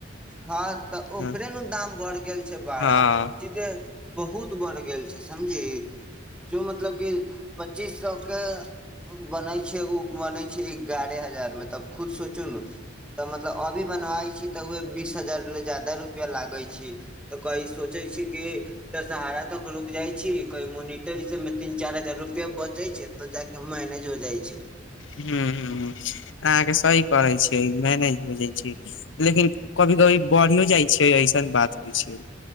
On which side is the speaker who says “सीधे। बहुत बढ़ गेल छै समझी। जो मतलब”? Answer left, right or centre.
Centre